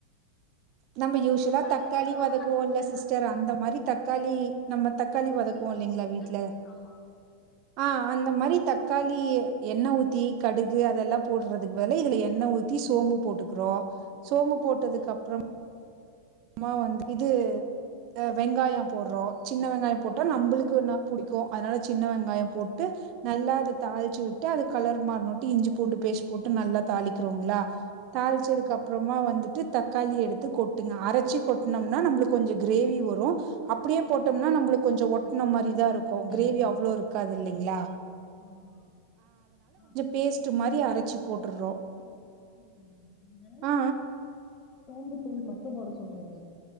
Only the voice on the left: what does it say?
இந்த கடைலனா
டிஃப்ரெண்டா
அரைச்சு
போட்டு
ஆமா
ம்
ம்
ஓகே
கிரேவி
மாரி
வரும்
ஓகே
புரியுது
புரியுது
எப்டின்னு
ஆமா ஆ
இப்ப நீ வந்து
நீங்க
வந்து
<inaudible> சோம்புத்தூள் மட்டு போட சொல்றீங்க